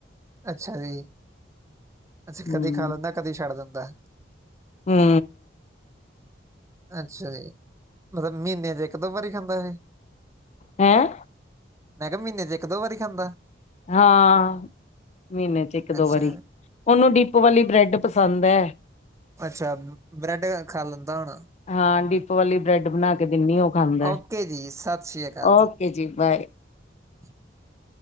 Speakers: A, on the right; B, on the left.
A: ਅੱਛਾ ਜੀ ਅੱਛਾ
B: ਹੂੰ।
A: ਕਦੀ ਖਾ ਲੈਂਦਾ ਕਦੀ ਛੱਡ ਦਿੰਦਾ। ਵਾਹ,
B: ਹੂੰ,
A: ਅੱਛਾ ਜੀ, ਮਤਲਬ ਮਹੀਨੇ ਚ ਇੱਕ ਦੋ ਵਾਰੀ ਖਾਂਦਾ ਜੀ।
B: ਹੈਂ?
A: ਮੈਂ ਕਿਹਾ ਮਹੀਨੇ ਚ ਇੱਕ ਦੋ ਵਾਰੀ ਖਾਂਦਾ।
B: ਹਾਂ ਮਹੀਨੇ ਚ ਇੱਕ ਦੋ
A: ਅੱਛਾ
B: ਵਾਰੀ ਉਹਨੂੰ ਡੀਪ ਵਾਲੀ ਬ੍ਰੈਡ ਪਸੰਦ ਹੈ।
A: ਅੱਛਾ ਬ੍ਰੈਡ ਖਾ ਲੈਂਦਾ ਹੋਣਾ,
B: ਹਾਂ ਡਿਪ ਵਾਲੀ ਬ੍ਰੈਡ ਬਣਾ ਕੇ, ਕਿੰਨੀ ਉਹ ਖਾਂਦਾ
A: ਓਕੇ ਜੀ ਸਤਿ ਸ਼੍ਰੀ ਅਕਾਲ
B: ਓਕੇ ਜੀ ਬਾਏ,
A: <unintelligible>